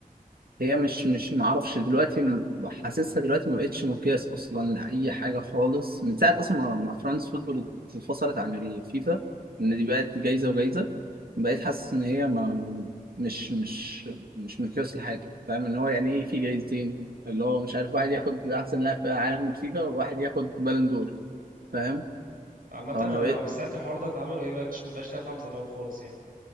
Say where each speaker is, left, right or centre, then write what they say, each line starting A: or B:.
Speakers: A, on the right; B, on the right.
A: هي مش مش ما اعرفش دلوقتي م- حاسسها دلوقتي ما بقتش مقياس اصلا لاي حاجه خالص من ساعه اصلا ما ما فرانس فوتبول اتفصلت عن الفيفا ان دي بقت جايزه وجايزه بقيت حاسس ان هي ما مش مش مش مقياس لحاجه فاهم ان هو يعني ايه في جايزتين اللي هو مش عارف واحد ياخد احسن لاعب في عالم الفيفا وواحد ياخد بالون دور فاهم
B: عامة
A: فما
B: أنا
A: بقيت
B: من ساعة الحوار ده اتعمل وهي بقتش مبقاش ليها طعم زي الأول خالص يعني